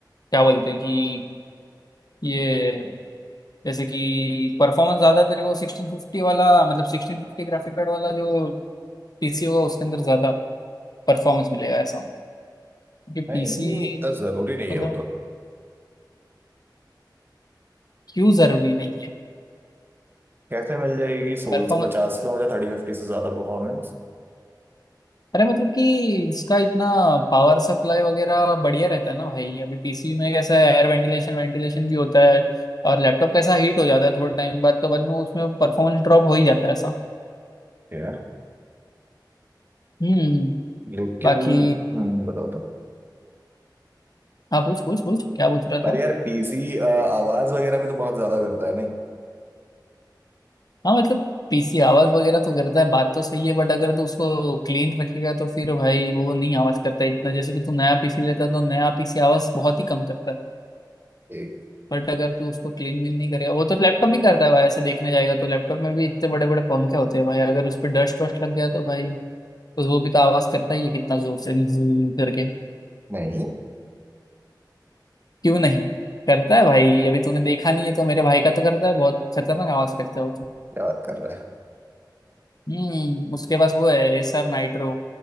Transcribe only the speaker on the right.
नहीं
इतना जरूरी नहीं
है वो तो
कैसे मिल जाएगी सोलह
सौ पचास पे मुझे थर्टी फिफ्टी से ज्यादा परफॉर्मेंस
है
लेकिन
हम्म, बताओ तो
पर
यार पीसी आवाज वगैरह भी तो बहुत ज्यादा करता है नहीं
एक
नहीं
क्या बात कर रहा है